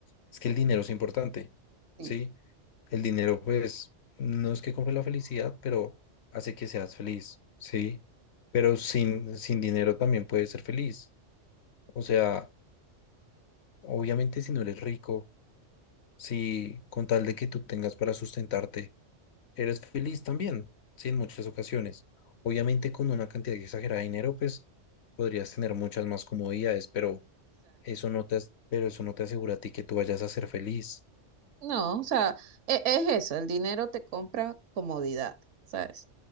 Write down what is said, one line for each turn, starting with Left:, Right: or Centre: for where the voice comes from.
Left: es que el dinero es importante,
Right: Sí,
Left: sí, el dinero, pues, no es que compre la felicidad, pero hace que seas feliz, sí, pero sin, sin dinero también puedes ser feliz, o sea, obviamente si no eres rico Si con tal de que tú tengas para sustentarte, eres feliz también, sí, en muchas ocasiones. Obviamente con una cantidad exagerada de dinero, pues podrías tener muchas más comodidades, pero eso no te, as- pero eso no te asegura a ti que tú vayas a ser feliz.
Right: No, o sea, e- es, eso, el dinero te compra comodidad, ¿sabes?